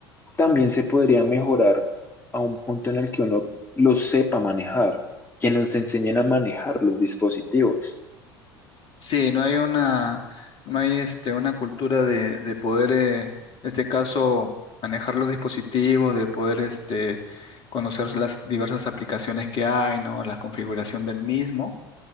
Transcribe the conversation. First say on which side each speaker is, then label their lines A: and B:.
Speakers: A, on the left (about 15°); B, on the left (about 40°).
A: también se podría mejorar a un punto en el que uno lo sepa manejar, que nos enseñen a manejar los dispositivos.
B: Sí, no hay una, no hay este, una cultura de, de poder, eh, en este caso, manejar los dispositivos, de poder este, conocer las diversas aplicaciones que hay, ¿no? La configuración del mismo.